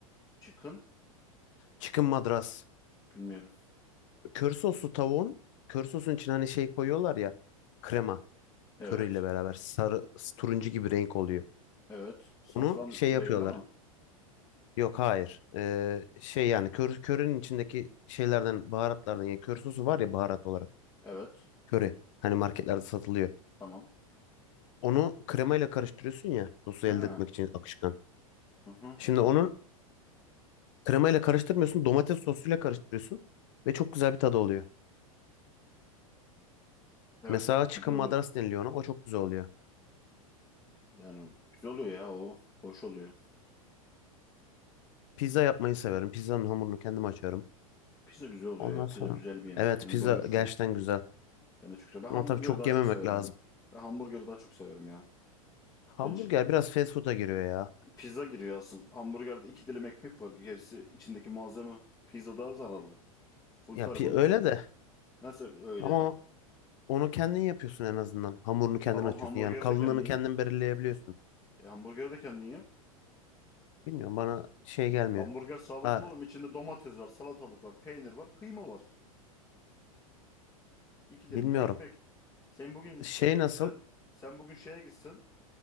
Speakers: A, on the left; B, on the left.
A: Çıkın.
B: Chicken madras.
A: Bilmiyorum.
B: Kör soslu tavuğun kör sosun için hani şey koyuyorlar ya krema
A: Evet.
B: körüyle beraber sarı turuncu gibi renk oluyor.
A: Evet. Safran
B: Onu şey
A: değil
B: yapıyorlar.
A: değil mi?
B: Yok hayır. Eee, şey yani kör, körünün içindeki şeylerden baharatlardan yani kör sosu var ya baharat olarak.
A: Evet.
B: Köri. Hani marketlerde satılıyor.
A: Tamam.
B: Onu kremayla karıştırıyorsun ya sosu
A: Ha.
B: elde etmek için akışkan.
A: Hı hı.
B: Şimdi onun Kremayla karıştırmıyorsun. Domates sosuyla karıştırıyorsun. Ve çok güzel bir tadı oluyor.
A: Evet,
B: Mesela
A: evet
B: chicken
A: güzel
B: madras
A: oluyor.
B: deniliyor ona. O çok güzel oluyor.
A: Yani güzel oluyor ya o. Hoş oluyor.
B: Pizza yapmayı severim. Pizzanın hamurunu kendim açıyorum.
A: Pizza güzel oluyor
B: Ondan
A: ya.
B: sonra
A: Pizza güzel bir yemek.
B: evet
A: Hem
B: pizza
A: doyurucu.
B: gerçekten güzel.
A: Ben de çok sev. Ben
B: Ama
A: hamburgeri
B: tabii çok
A: daha
B: yememek
A: çok severim
B: lazım.
A: ama. Ben hamburgeri daha çok severim ya.
B: Hamburger
A: Bence
B: biraz fast food'a giriyor ya.
A: pizza giriyor asıl. Hamburgerde iki dilim ekmek var. Gerisi içindeki malzeme. Pizza daha zararlı. Full
B: Ya
A: karbonhidrat.
B: pi- öyle de
A: Nasıl öyle
B: ama
A: de.
B: onu kendin yapıyorsun en azından. Hamurunu kendin
A: Tamam
B: açıyorsun.
A: hamburgeri
B: Yani kalınlığını
A: de kendin yap.
B: kendin belirleyebiliyorsun.
A: E, hamburgeri de kendin yap.
B: Bilmiyorum bana şey gelmiyor.
A: Hamburger sağlıklı
B: Ha,
A: oğlum. İçinde domates var, salatalık var, peynir var, kıyma var. İki dilim
B: bilmiyorum.
A: de ekmek. Sen bugün
B: Şey
A: şeye gitsen,
B: nasıl?
A: sen bugün şeye gitsen